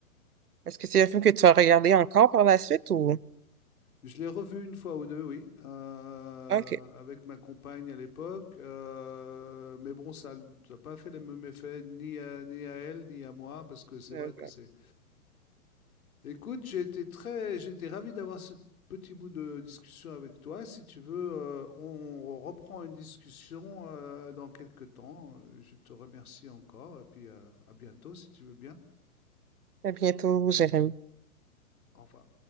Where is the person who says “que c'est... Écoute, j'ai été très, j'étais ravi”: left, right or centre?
Left